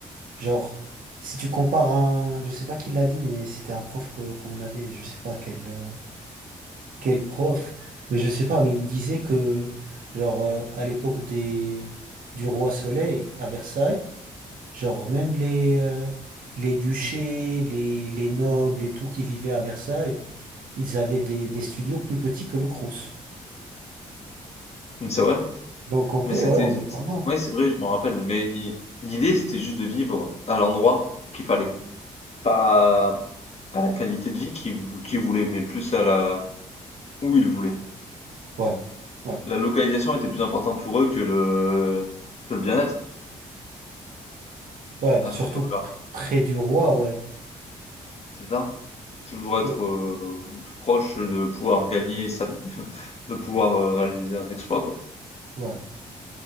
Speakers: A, on the right; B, on the left.
A: Genre, si tu compares un... Je sais pas qui l'a dit, mais c'était un prof que, qu'on avait. Je sais pas quel, euh, quel prof. Mais je sais pas, mais il disait que, genre, euh, à l'époque des, du roi Soleil, à Versailles, Genre, même les, euh, les duchés, les, les nobles et tout qui vivaient à Versailles, ils avaient des, des studios plus petits que le Crous.
B: mmh, c'est vrai.
A: Donc en vrai,
B: Mais c'était
A: ouais, on est pas mal.
B: oui, c'est vrai, je m'en rappelle. Mais i l'idée, c'était juste de vivre à l'endroit qu'il fallait. Pas à la qualité de vie qu'ils vou qu'ils voulaient, mais plus à la où ils voulaient.
A: Ouais, ouais,
B: La localisation était plus importante pour eux que le que le bien-être
A: ouais,
B: à
A: surtout
B: cette époque-là.
A: p- près du roi, ouais.
B: C'est ça. Toujours être,
A: Et,
B: heu, plus proche de pouvoir gagner sa vie, <laughs> de pouvoir, heu, réaliser un exploit, quoi.
A: ouais.